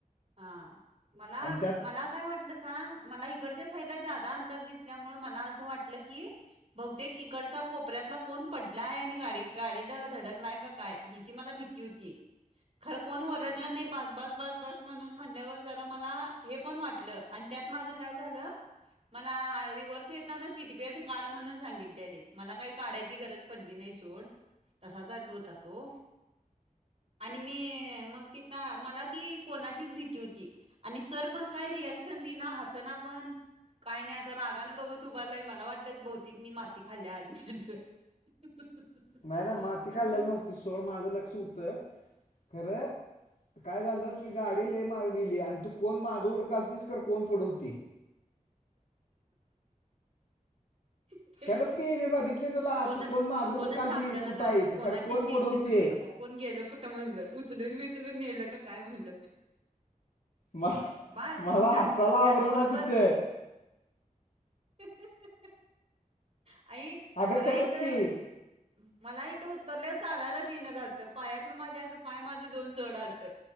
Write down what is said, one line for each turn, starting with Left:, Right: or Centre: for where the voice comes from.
Right: हा, मला
Left: आणि त्यात
Right: मला काय वाट तिला सांग, मला इकडच्या साईडला ज्यादा अंतर दिसल्यामुळ मला अस वाटल की बहुतेक इकडच्या कोपऱ्यातला कोण पडला आहे आणि गाडी गाडी धड धडकलाय का काय हिची मला भीती होती, खर कोण ओरडलं नाही बास बास बस बस म्हणून म्हणल्यावर जरा मला हे पण वाटलं आणि त्यात माझं काय झालं मला रिवर्स येताना सीट बेल्ट काढ म्हणून सांगितलेली, मला काही काढायची गरज पडदी नाही सोड तसाच तो होता तो आणि मी मग तिथं मला ती कोणाचीच भीती होती आणि सर पण काय रिॲक्शन देइना हासना पण. काही नाही असं रागान बघत <unintelligible> मला वाटत भौतिकनी माती खाल्ल्या <inaudible> <inaudible>
Left: नाही नाही माती
Right: म्हणून
Left: खाल्लेली
Right: मी
Left: नव्हती सोड माझं लक्ष होतं खरं काय झालं तुझ गाडी लई माग गेलीया आणि तू कोण मागं उडकाल तीच कर कोण फोडवती
Right: <unintelligible>
Left: खरंच की मी बघितली तुला
Right: कोण
Left: तू माग
Right: कोणच
Left: उडकालतीस
Right: सापडना
Left: कुठं
Right: झालत,
Left: आहे
Right: कोणाचीच
Left: खरं कोण
Right: टेन्शन
Left: पुढवते
Right: होत मला. कोण गेल कुठं म्हणलं उचलून विचलून नेल का काय म्हणलं
Left: मला
Right: बाय
Left: मला
Right: त्यात
Left: हसायला
Right: त्यात
Left: आवरणा
Right: बरोबर
Left: तिथे
Right: <unintelligible> आई
Left: अगं
Right: मला
Left: खरंच
Right: इथं
Left: की
Right: मला इथं उतरल्यावर चालायलाच येईना झालंत, पायात ना माझ्या अस पाय माझ दोन चड आलंत.